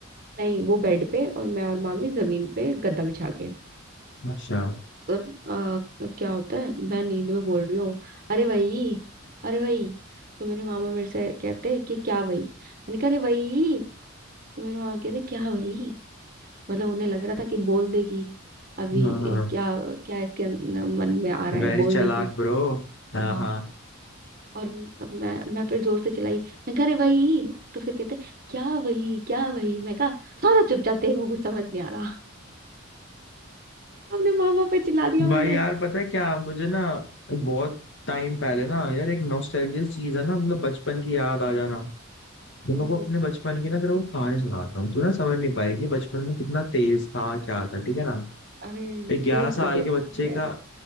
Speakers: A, on the right; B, on the left.
A: नहीं वो बेड पे और मैं और मामी जमीन पे गद्दा बिछा के
B: अच्छा
A: तो ना, अ, क्या होता है मैं नींद में बोल रही हूँ अरे वही अरे वही तो मेरे मामा मेरे से कहते कि क्या वही मैंने कहा अरे वही तो मेरे मामा कहते क्या वही मतलब उन्हें लग रहा था कि बोल देगी अभी
B: हाँ हाँ
A: ये क्या क्या इसके अंदर- मन में आ रहा
B: वेरी
A: है बोल
B: चालाक
A: देगी
B: ब्रो हाँ
A: हाँ
B: हाँ
A: और म- मैं मैं फिर जोर से चिल्लाई मैं कह रही वही तो फिर कहते क्या वही क्या वही मैं कहा सारा चुपचाप देखो कुछ समझ नहीं आ रहा अपने माँ बाप पे चिल्ला दिया मैंने
B: भाई यार पता है क्या मुझे ना बहुत टाइम पहले ना यार एक नॉस्टैल्जिया चीज है ना मतलब बचपन की याद आ जाना तुम
A: हम्म
B: लोग को अपने बचपन की ना तेरे को कहानी सुनाता हूँ तू ना समझ नहीं पाएगी बचपन में कितना तेज था क्या था ठीक है ना
A: अरे
B: एक ग्यारह
A: तेज
B: साल
A: तो तू अभी
B: के बच्चे
A: है
B: का